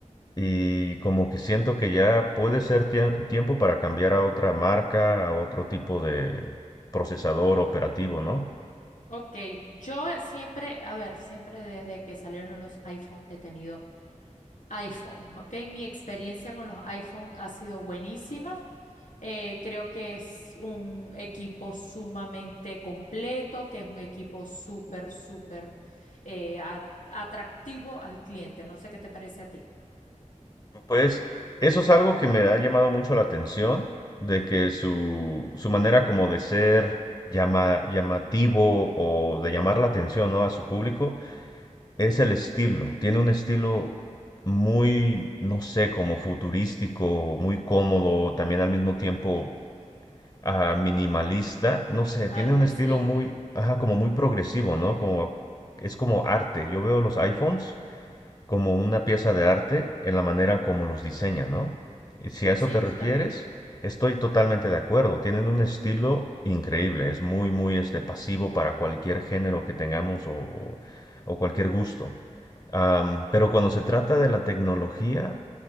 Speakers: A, on the left (about 30°); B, on the left (about 90°).
A: Y como que siento que ya puede ser tie- tiempo para cambiar a otra marca, a otro tipo de procesador operativo, ¿no?
B: ok. Yo siempre, a ver, siempre desde que salieron los iPhone he tenido iPhone, ok. Mi experiencia con los iPhone ha sido buenísima. Eh, creo que es un equipo sumamente completo, que es un equipo súper, súper eh, a- atractivo al cliente. No sé qué te parece a ti.
A: Pues eso es algo que me ha llamado mucho la atención, de que su, su manera como de ser llama, llamativo o de llamar la atención, ¿no? a su público es el estilo. Tiene un estilo muy, no sé, como futurístico, muy cómodo, también al mismo tiempo ah, minimalista. No sé, tiene
B: Algo
A: un
B: así.
A: estilo muy, ajá, como muy progresivo, ¿no? Como, es como arte. Yo veo los iPhones como una pieza de arte en la manera como los diseña, ¿no? Y Si a eso
B: Sí,
A: te refieres,
B: yo también.
A: estoy totalmente de acuerdo. Tienen un estilo increíble, es muy, muy este, pasivo para cualquier género que tengamos o, o- o cualquier gusto. Am, pero cuando se trata de la tecnología,